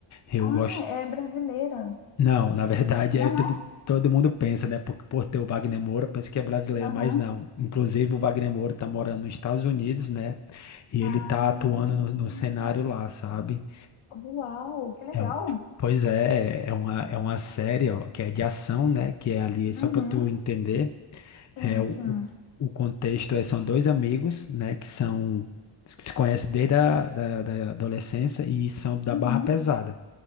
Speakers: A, on the left (about 35°); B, on the left (about 80°).
A: Eu
B: Ah,
A: gosto.
B: é brasileira,
A: Não, na verdade,
B: não
A: é tudo.
B: é?
A: Todo mundo pensa, né? Por, por ter o Wagner Moura, pensa que é brasileiro,
B: Aham.
A: mas não. Inclusive, o Wagner Moura tá morando nos Estados Unidos, né? E ele
B: Ah,
A: tá atuando no, no cenário lá, sabe?
B: uau, que legal.
A: É, um- pois é, é uma, é uma série, ó, que é de ação, né? Que é ali, só
B: Uhum.
A: pra tu entender.
B: Sim,
A: É, o,
B: sim.
A: o o contexto é, são dois amigos, né, que são que se conhecem desde a da, da adolescência e são da
B: Uhum.
A: barra pesada.